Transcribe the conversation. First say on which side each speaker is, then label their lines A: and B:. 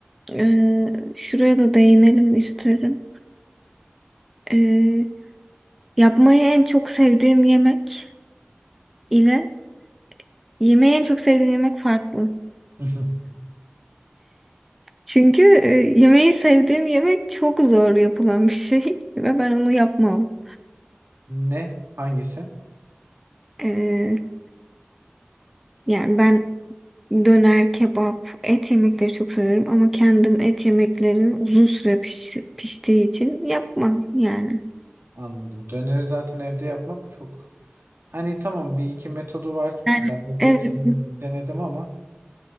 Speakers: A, in the centre; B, on the right.
A: e, şuraya da değinelim isterim. E, yapmayı en çok sevdiğim yemek ile yemeği en çok sevdiğim yemek farklı.
B: <laughs>
A: Çünkü e, yemeği sevdiğim yemek çok zor yapılan bir şey <laughs> ve ben onu yapmam.
B: Ne? Hangisi?
A: E, yani ben döner, kebap, et yemekleri çok severim ama kendim et yemeklerini uzun süre piş- piştiği için yapmam yani.
B: Anladım. Döneri zaten evde yapmak çok... Hani tamam bir iki metodu var.
A: Yani
B: Ben evde
A: Evet
B: kendim denedim ama